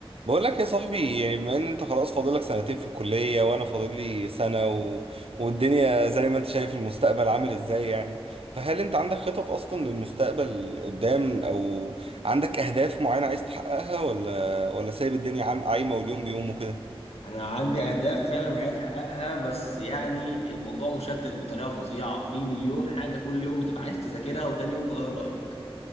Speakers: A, on the right (about 70°); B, on the left (about 80°).
A: بقول لك يا صاحبي يعني بما ان انت خلاص فاضلك سنتين في الكلية وانا فاضل لي سنة و... والدنيا زي ما انت شايف المستقبل عامل ازاي يعني فهل انت عندك خطط اصلا للمستقبل قدام او عندك اهداف معينة عايز تحققها ولا ولا سايب الدنيا عام عايمة واليوم بيوم وكده
B: انا عندي اهداف فعلا عايز احققها بس يعني الموضوع مشتت بطريقه فظيعه في مليون حاجه كل يوم بتبقى عايز تذاكرها وتاني يوم تغير رايك